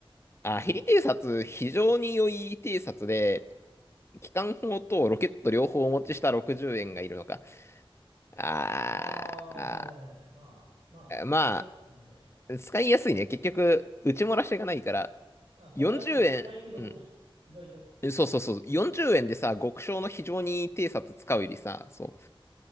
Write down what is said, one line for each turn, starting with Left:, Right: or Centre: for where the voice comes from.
Right: ー、最良。
Left: あヘリ偵察、非常に良い偵察で、機関砲とロケット両方お持ちした60円がいるのか。あーあ
Right: ああ、はいはいはい。まあ、まあ、
Left: ー、ま
Right: 使いやすくていいんじゃない
Left: あ、使いやすいね。結局、打ち漏らしがないから、
Right: あ、これあれじゃん。
Left: 40円、
Right: 耐久6じゃん。
Left: うん。
Right: 意外と。
Left: えそうそうそう。40円でさ、極小の非常に偵察使うよりさ、そ